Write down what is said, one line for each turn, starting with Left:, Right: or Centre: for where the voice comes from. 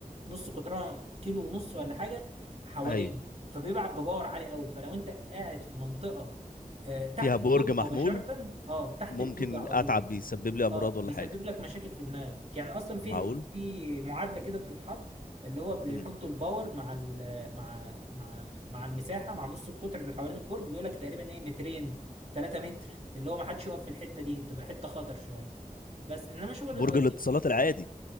Right: بنص قطرها كيلو ونص ولا حاجة حوالين
Left: ايوه
Right: فبيبعت بباور عالي قوي فلو أنت قاعد في منطقة آه، تحت
Left: فيها برج
Right: البرج
Left: محمول
Right: مباشرة اه تحت
Left: ممكن
Right: البرج على
Left: اتعب
Right: طول
Left: بيسبب لي امراض
Right: اه
Left: ولا
Right: بيسبب
Left: حاجه
Right: لك مشاكل في دماغك يعني اصلا في
Left: معقول
Right: في معادلة كده بتتحط اللي هو بيحطوا
Left: امم
Right: الباور مع ال مع مع مع المساحة مع نص القطر اللي حوالين البرج بيقول لك تقريبا ايه مترين 3 متر اللي هو ما حدش يقف في الحتة دي بتبقى حتة خطر شوية بس انما شغل
Left: برج
Right: الاي تي
Left: الاتصالات العادي